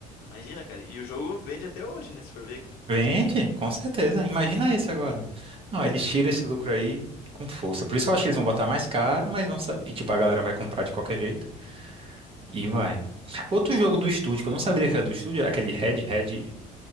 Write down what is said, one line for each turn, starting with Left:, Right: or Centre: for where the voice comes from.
Left: Imagina, cara. E o jogo vende até hoje, né? Se for ver, cara.
Right: Vende, com certeza. Imagina esse agora. Não, eles tiram esse lucro aí com força. Por isso que eu acho que eles vão botar mais caro, mas vão saber.
Left: Hum.
Right: E tipo, a galera vai comprar de qualquer jeito. E vai. Outro jogo do estúdio, que eu não sabia que era do estúdio, é aquele Red Dead